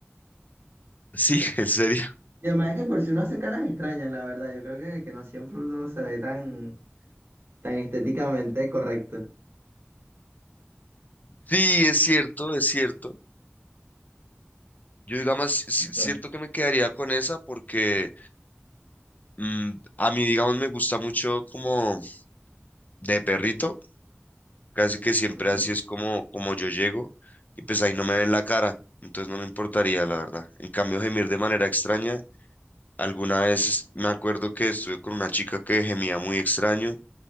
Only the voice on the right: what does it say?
Y además que por si uno hace caras extrañas, la verdad, yo creo que, que no siempre uno se ve tan, tan estéticamente correcto.
Tal.
Ok,